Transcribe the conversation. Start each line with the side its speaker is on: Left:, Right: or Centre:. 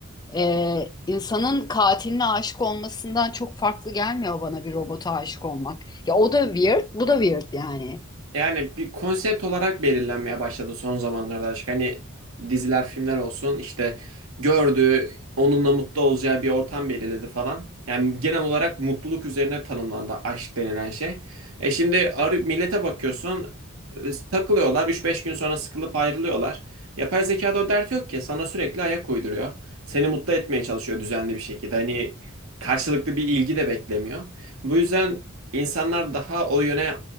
Left: e, insanın katiline aşık olmasından çok farklı gelmiyor bana bir robota aşık olmak. Ya o da weird, bu da weird yani.
Right: Yani bir konsept olarak belirlenmeye başladı son zamanlarda aşk. Hani diziler, filmler olsun işte gördüğü, onunla mutlu olacağı bir ortam belirledi falan. Yani genel olarak mutluluk üzerine tanımlandı aşk denilen şey. E şimdi arı- millete bakıyorsun e, takılıyorlar 3-5 gün sonra sıkılıp ayrılıyorlar. Yapay zekada o dert yok ki sana sürekli ayak uyduruyor. Seni mutlu etmeye çalışıyor düzenli bir şekilde. Hani karşılıklı bir ilgi de beklemiyor. Bu yüzden insanlar daha o yöne